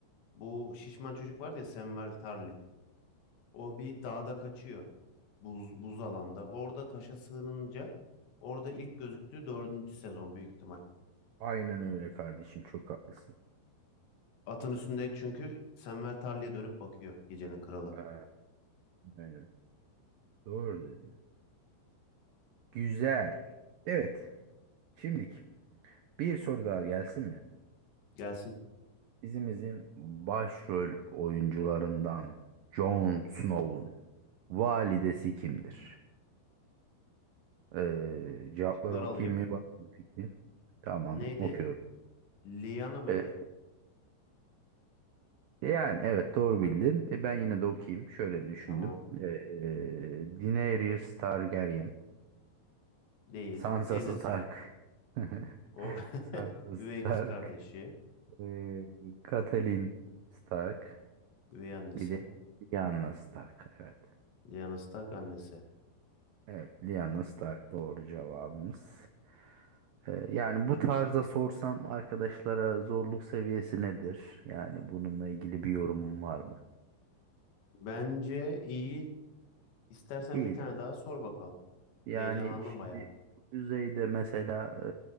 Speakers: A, on the left; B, on the right.
A: Bu şişman çocuk var ya Samuel Tarly. O bir dağda kaçıyor. Buz, buz alanda. Orada taşa sığınınca orada ilk gözüktüğü dördüncü sezon büyük ihtimal.
B: Aynen öyle kardeşim. Çok haklısın.
A: Atın üstünde çünkü Samuel Tarly'e dönüp bakıyor gecenin kralı.
B: Ee, Aynen. Doğru dedin. Güzel. Evet. Şimdiki bir soru daha gelsin mi?
A: Gelsin.
B: Dizimizin başrol oyuncularından Jon Snow'un validesi kimdir? Ee, cevapları
A: Şıkları
B: okuyayım
A: alayım.
B: mı? Var mı fikrin? Tamam,
A: Neydi?
B: okuyorum.
A: Liana mıydı?
B: Ee, yani evet doğru bildin. E, ben yine de okuyayım. Şöyle düşündüm.
A: Tamam.
B: Ee, Daenerys Targaryen,
A: Değil.
B: Sansa
A: Teyzesi.
B: Stark, <laughs>
A: O <laughs>
B: Sansa
A: üvey
B: Stark,
A: kız kardeşi.
B: Ee, Catelyn Stark.
A: Üvey annesi.
B: Bir de Lyanna Stark. Evet.
A: Liana Stark annesi.
B: Evet. Lyanna Stark doğru cevabımız. Ee, yani bu tarzda sorsam arkadaşlara zorluk seviyesi nedir? Yani bununla ilgili bir yorumum var mı?
A: Bence iyi. İstersen
B: İyi.
A: bir tane
B: de.
A: daha sor bakalım.
B: Yani
A: Heyecanlandım
B: şimdi
A: baya.
B: bu düzeyde mesela